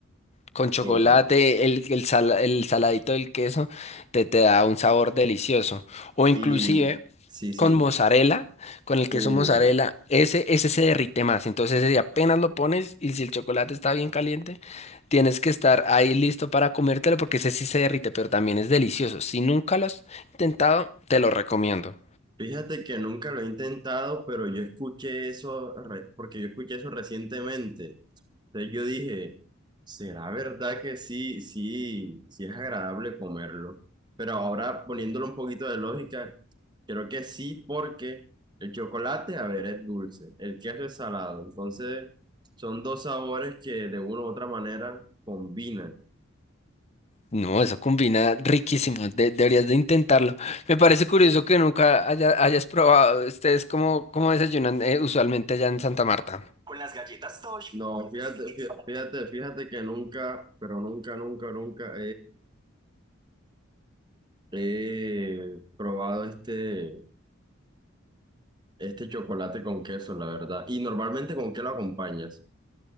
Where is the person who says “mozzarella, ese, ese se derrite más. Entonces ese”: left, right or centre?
Left